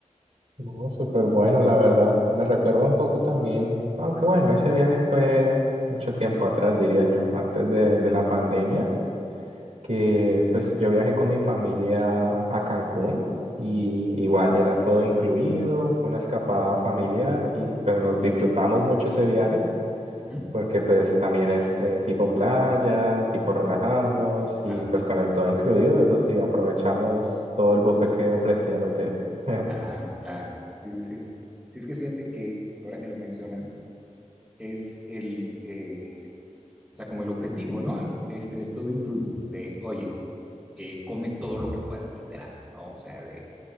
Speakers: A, on the right; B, in the centre.
A: no, súper bueno, la verdad. Me recuerda un poco también, aunque bueno, ese viaje fue mucho tiempo atrás, diría yo, antes de, de la pandemia, que pues yo viajé con mi familia a Cancún y
B: Ah, súper,
A: igual
B: ¿no?
A: era todo incluido, fue una escapada familiar y pues nos disfrutamos mucho ese viaje.
B: Ujú.
A: porque pues también es eh, tipo playa, tipo relajarnos y
B: Ah,
A: pues con el todo incluido, eso sí, aprovechamos todo el buffet
B: sí,
A: que ofrecía el hotel. <laughs>
B: claro, claro. Sí, sí, sí. Sí, es que fíjate que ahora que lo mencionas, es el, eh, o sea, como el objetivo, ¿no? Al- Este, del todo incluido, de, oye, eh, come todo lo que puedas, literal, ¿no? O sea, de